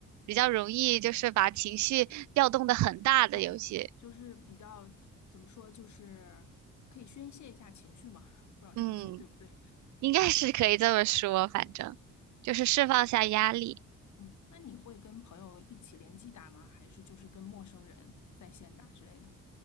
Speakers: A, on the right; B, on the left.
A: 比较容易，就是把情绪调动的很大的游戏。
B: 哦，就是比较怎么说，就是可以宣泄一下情绪嘛，<laughs> 不知道这么说对不对？
A: 嗯，应该是可以这么说，反正就是释放下压力。
B: 哎，嗯，那你会跟朋友一起联机打吗？还是就是跟陌生人在线打之类的？